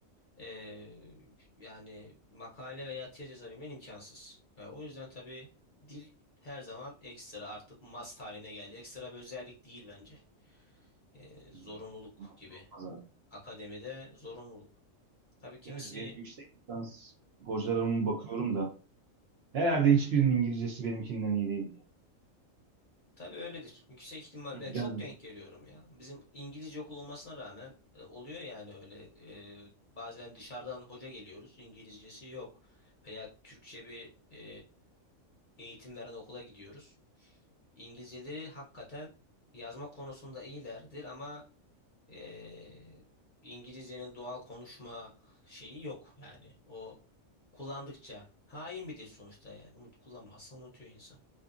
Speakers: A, on the left (about 45°); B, on the right (about 60°).
A: Ee, yani makale veya tez yazabilmen imkansız. Yani o yüzden tabii dil her zaman ekstra artık must haline geldi. Ekstra bir özellik değil bence. Ee, zorunluluk
B: Hı. Madde
A: gibi.
B: olmaz abi.
A: Akademide zorunluluk. Tabii kimisi
B: Gerçi benim yüksek lisans hocalarıma
A: Hı hı.
B: bakıyorum da herhalde hiçbirinin İngilizcesi benimkinden iyi değil. ya.
A: tabii öyledir. Yüksek ihtimal
B: Ya
A: ben çok
B: Biraz
A: denk geliyorum ya. Bizim İngilizce okul olmasına rağmen e, oluyor yani öyle. Ee, bazen dışarıdan hoca geliyoruz. İngilizcesi yok. Veya Türkçe bir e, eğitim veren okula gidiyoruz. İngilizceleri hakikaten yazma konusunda iyilerdir ama eee, İngilizcenin doğal konuşma şeyi yok yani. O kullandıkça hain bir dil sonuçta yani. Unut kullanmazsa unutuyor insan.